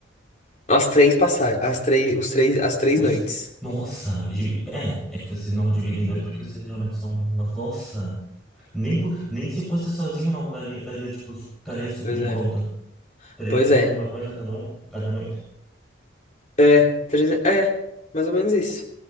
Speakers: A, on the left; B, in the centre.
A: As três passagens. As três, os três, as três
B: Os-
A: noites.
B: Nossa, divi- é, é que você não divide em dois porque vocês realmente são, mas nossa, nem, por- nem se fosse sozinho não daria, daria tipo, estaria super
A: Pois
B: em
A: é.
B: conta. Trezentos
A: Pois é.
B: e alguma coisa cada um, cada noite.
A: É, 300 é, mais ou menos isso.